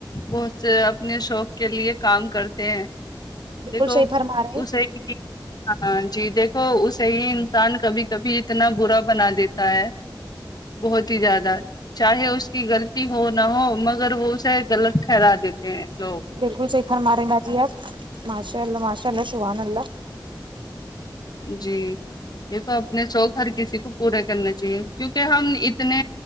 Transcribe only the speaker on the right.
بالکل
صحیح فرما رہے ہیں،
بالکل صحیح فاما رہے باجی آپ ماشاء اللہ ماشاء اللہ شبان اللہ